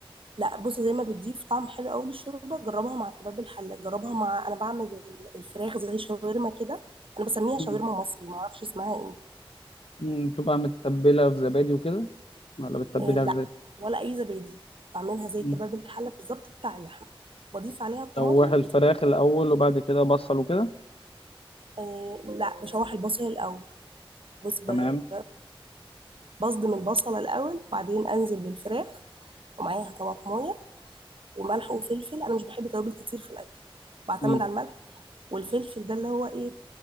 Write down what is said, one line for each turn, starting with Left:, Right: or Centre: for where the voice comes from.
Right: لا بص زي ما بتضيف طعم حلو قوي للشوربه جربها مع كباب الحله جربها مع انا بعمل الفراخ زي شاورما كده انا بسميها
Left: مم.
Right: شاورما مصري ما اعرفش اسمها ايه
Left: مم. بتبقى متبله في زبادي وكده ولا بتتبلها
Right: آه
Left: ازاي
Right: لا ولا اي زبادي بعملها زي
Left: مم.
Right: كباب الحله بالظبط بتاع اللحمه بضيف عليها الطماطم
Left: شوح الفراخ
Right: بت...
Left: الاول وبعد كده بصل وكده
Right: آه لا بشوح البصل الاول بص ب...
Left: تمام
Right: ب- بصدم البصله الاول وبعدين انزل بالفراخ ومعاها طماطمايه وملح وفلفل انا مش بحب توابل كتير في الاكل بعتمد
Left: مم.
Right: على الملح والفلفل ده اللي هو ايه